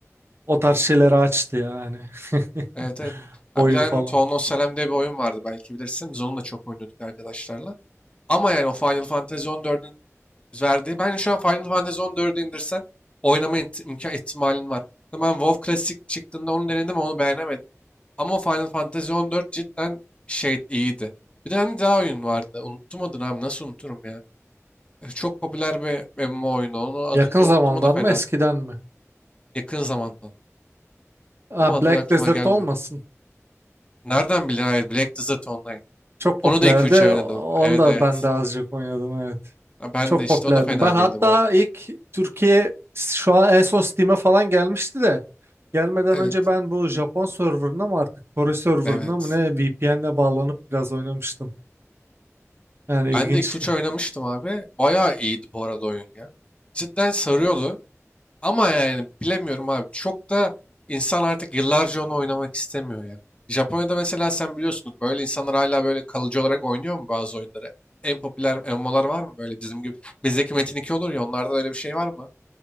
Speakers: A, on the right; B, on the left.
A: O tarz şeyleri açtı ya hani. <laughs>
B: Evet evet. Ha,
A: Oyun
B: bir tane
A: falan.
B: Town Selam diye bir oyun vardı belki bilirsin. Biz onu da çok oynuyorduk arkadaşlarla. Ama yani o Final Fantasy on dördün. verdiği. Bence şu an Final Fantasy 14'ü indirsen oynama iht- imkan ihtimalin var. Ben WoW Classic çıktığında onu denedim onu beğenemedim. Ama o Final Fantasy 14 cidden şey iyiydi. Bir tane daha oyun vardı. Unuttum adını abi. Nasıl unuturum ya? E, Çok popüler bir MMO oyunu. onun adını
A: Yakın
B: da
A: zamandan
B: unuttum o da fena.
A: mı eskiden mi?
B: Yakın zamandan.
A: Aa,
B: Ama adını
A: Black
B: aklıma
A: Desert
B: gelmiyor.
A: olmasın.
B: Nereden bildin? Evet, Black Desert Online.
A: Çok popülerdi.
B: Onu da iki üç ay oynadım.
A: Onu
B: Evet
A: da
B: evet.
A: ben de azıcık oynadım evet.
B: Ha, Ben
A: Çok
B: de işte.
A: popülerdi.
B: O da fena
A: Ben hatta
B: değildi bu arada.
A: ilk Türkiye şu an en son Steam'e falan gelmişti de gelmeden
B: Evet.
A: önce ben bu Japon serverına mı artık Kore serverına
B: Evet.
A: mı ne VPN'le bağlanıp biraz oynamıştım. Yani ilginçti.
B: Ben de 2-3 oynamıştım abi. Bayağı iyiydi bu arada oyun ya. Cidden sarıyordu. Ama yani bilemiyorum abi. Çok da insan artık yıllarca onu oynamak istemiyor ya. Japonya'da mesela sen biliyorsundur böyle insanlar hala böyle kalıcı olarak oynuyor mu bazı oyunları? En popüler MMO'lar var mı böyle bizim gibi? Bizdeki Metin 2 olur ya onlarda öyle bir şey var mı?